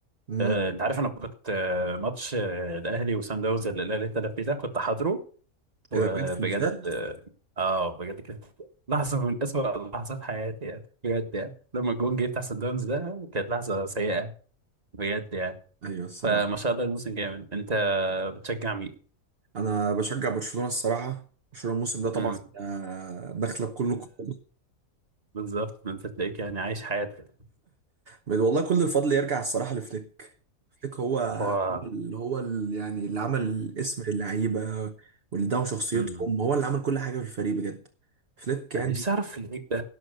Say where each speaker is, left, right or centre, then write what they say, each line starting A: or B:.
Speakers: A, on the right; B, on the right.
A: امم
B: آه انت عارف انا كنت آه ماتش آه الاهلي وسان داونز اللي الاهلي اتلعب فيه ده كنت حاضره وبجد
A: ايه ده بجد في الاستاد
B: اه آه، بجد كانت لحظه من اسوأ لحظات حياتي يعني بجد يعني لما الجون جه بتاع سان داونز ده كانت لحظه سيئه بجد يعني
A: ايوه الصراحه
B: فما شاء الله الموسم جامد انت بتشجع مين؟
A: انا بشجع برشلونه الصراحه برشلونه الموسم ده طبعا
B: مم.
A: آه، داخله بكل قوتها
B: بالظبط انت تلاقيك يعني عايش حياتك
A: بل- والله كل الفضل يرجع الصراحة لفليك فليك هو هو
B: هو
A: اللي هو ال- يعني اللي عمل اسم اللعيبة واللي دعم شخصيتهم
B: مم.
A: هو اللي عمل كل حاجة في الفريق بجد فليك يعني
B: انا نفسي اعرف العيب ده